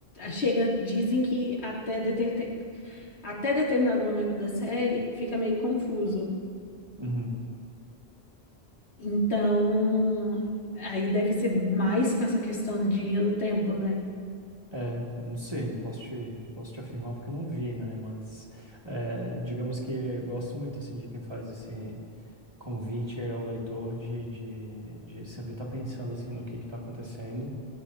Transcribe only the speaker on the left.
chega, dizem que até, deter- até determinado momento da série fica meio confuso.
Então, aí deve ser mais com essa questão de linha do tempo, né?